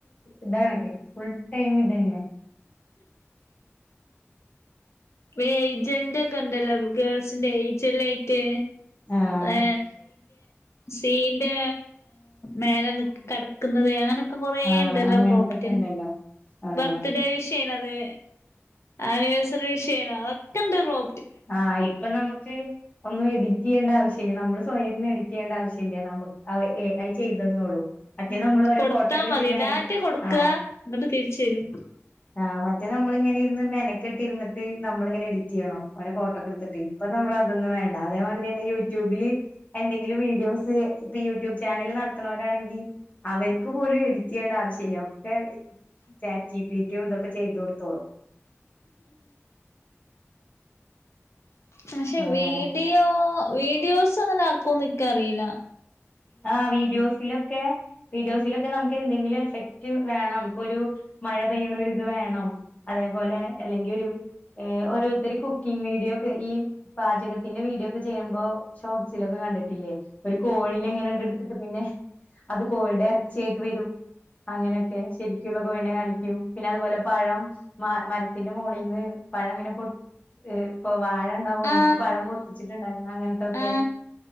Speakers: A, on the left; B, on the left.
A: ഇതാണ് ഫുൾ ടൈം ഇത് തന്നെ
B: വേയ്ജലിന്റെക്കെന്തല്ലോ ഗേൾസിന്റെ എയ്ജല്ലയിട്ട്
A: ആഹ്
B: ഏ സീന്റെ മേലെ നി കിടക്കുന്നത് അങ്ങനെ കൊറേ
A: ആഹ്
B: ഇണ്ടല്ലോ
A: അങ്ങനത്തൊക്കെ
B: പ്രോപ്പർട്ടി
A: ഉണ്ടല്ലോ ആഹ്
B: ബർത്ത്ഡേ വിഷയണത് ആനിവേഴ്സറി വിഷയണ് അതൊക്കെ എന്ത റോ
A: ആഹ ഇപ്പൊ നമുക്ക് ഒന്നും എഡിറ്റ് ചെയ്യേണ്ട ആവശ്യമില്ല നമ്മള് സ്വയംന്ന് എഡിറ്റ് ചെയ്യേണ്ട ആവശ്യമില്ല നമ്മക് മറ്റേ
B: ഉം
A: നമ്മൾ ഓരോ
B: കൊടുത്താ
A: ഫോട്ടോക്കെ വെച്ച്
B: മതി
A: മെന
B: ഡാറ്റ കൊടുക്ക
A: ആഹ്
B: ഇങ്ങട്ട് തിരിച്ച് തരും
A: ആഹ് മറ്റേ നമ്മളിങ്ങനെ ഇരുന്ന് മെനക്കട്ടിരുന്നിട്ട് നമ്മളിങ്ങനെ എഡിറ്റ് ചെയ്യണോ ഒര ഫോട്ടോക്കെടുത്തിട്ട് ഇപ്പ നമ്മള് അതൊന്ന് വേ അതേമാതിരി തന്നെ യൂട്യൂബില് എന്തെങ്കിലും വീഡിയോസ് ഇപ്പ യൂട്യൂബ് ചാനല് നടത്തണോരാണെങ്കിൽ അവർക്ക് പോലും എടിറ്റ് ചെയ്യേണ്ട ആവശ്യമില്ല ഒക്കെ ചാറ്റി പീറ്റും ഇതൊക്കെ ചെയ്ത് കൊടുത്തോളും
B: പക്ഷെ
A: അങ്ങനെ
B: വീഡിയോ വീഡിയോസ് അങ്ങനെ ആക്കും ന്ന്ക്കറീല്ല
A: ആ വീഡിയോസിലൊക്കെ വീഡിയോസിലൊക്കെ നമുക്ക് എന്തെങ്കിലും എഫക്ട് വേണം ഇപ്പൊ ഒരു മഴ പെയ്യണ ഒരു ഇത് വേണം അതെ അതു പോലെ അല്ലങ്കി ഒരു ഓരോരുത്തർ കുക്കിംഗ് വീഡിയോ ഒക്കെ ഈ പാചകത്തിന്റെ വീഡിയോ ഒക്കെ ചെയ് ചെയ്യുമ്പോ ഷോർട്സിലൊക്കെ കണ്ടിട്ടില്ലേ ഒരു കോഴിനെ ഇങ്ങനെ എടുത്തിട്ട് പിന്നെ അത് കോഴിടെ ഇറച്ചിയായിട്ട് വരും അങ്ങനൊക്കെ ശരിക്കുള്ള പിന്നെ കാണിക്കും പിന്നെ അതുപോലെ പഴം മ മരത്തിന്റെ മേളിന്ന് പഴം ഇങ്ങനെ പൊ ഏ പ്പൊ. വാഴ ഉണ്ടാവും അയിന്ന്
B: ആ
A: പഴം പൊട്ടിച്ചിട്ടുണ്ടാകും അങ്ങനത്തെ ക്കെ
B: ആ